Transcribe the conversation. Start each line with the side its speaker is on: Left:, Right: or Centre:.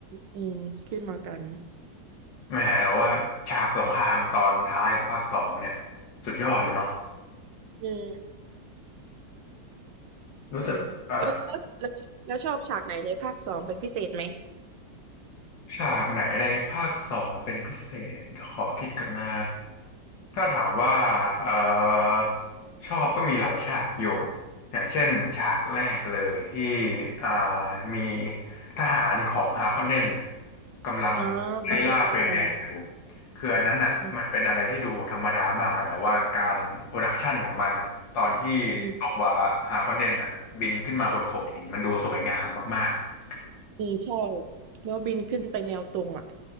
Right: อืมขึ้นมากัน
Left: แหมแต่ว่าฉากสงครามตอนท้ายของภาคสองเนี่ยสุดยอดเลยเนาะ
Right: อืม
Left: รู้สึกว่า
Right: เออเออแล้วแล้วแล้วชอบฉากไหนในภาคสองเป็นพิเศษไหม
Left: ฉากไหนในภาคสองเป็นพิเศษเดี๋ยวขอคิดกันนะถ้าถามว่าเอ่อชอบก็มีหลายฉากอยู่อย่างเช่นฉากแรกเลยที่อ่ามีทหารของฮาคอนเนนกำลังไล่ล่าเฟรแมนอยู่
Right: อ๋ออ๋ออ๋อ
Left: คืออันนั้นอ่ะมันเป็นอะไรที่ดูธรรมดามากนะแต่ว่าการโปรดักชันของมันน่ะตอนที่ตัวฮาคอนเนนอ่ะบินขึ้นมาบนโขดหินมันดูสวยงามมากๆ
Right: อืม อืมใช่แล้วบินขึ้นไปแนวตรงอ่ะ